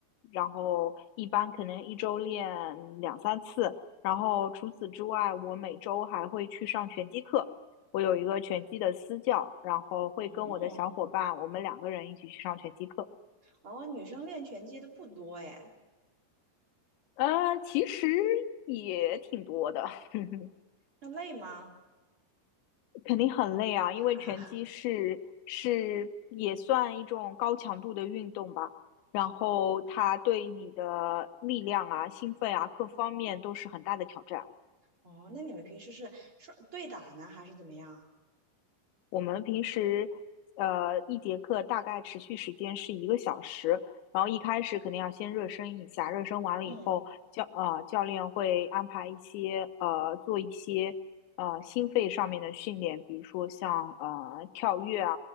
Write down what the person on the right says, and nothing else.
哦，
哦，女生练拳击的不多哎，
那累吗？
<laughs>
哈哈哈。
哦，那你们平时是说对打呢，还是怎么样啊？
嗯